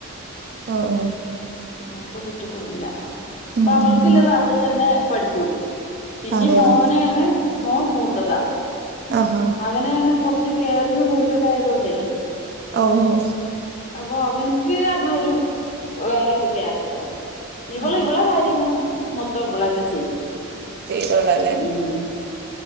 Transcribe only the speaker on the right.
ഓ ഓ
ഉം
ഉം ഉം
അതെയോ
ആഹ് ഹ
ഓഓ
ആഹാ
ചെയ്തോളല്ലേ